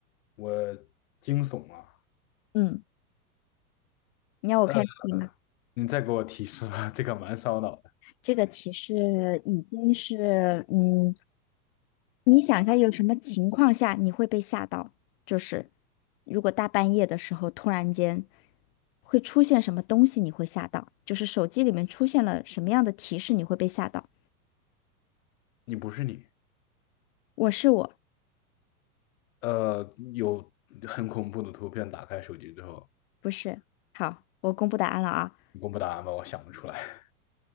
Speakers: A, on the left (about 55°); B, on the left (about 40°).
A: 我惊悚了。
B: 嗯，你要我开谜底吗？
A: 呃，你再给我提示吧，<laughs> 这个蛮烧脑的。
B: 这个提示已经是，嗯，你想一下，有什么情况下你会被吓到？就是如果大半夜的时候突然间会出现什么东西，你会吓到？就是手机里面出现了什么样的提示，你会被吓到？
A: 你不是你，
B: 我是我，
A: 呃，有很恐怖的图片打开手机之后，
B: 不是。好，我公布答案了啊。
A: 你公布答案吧，我想不出来。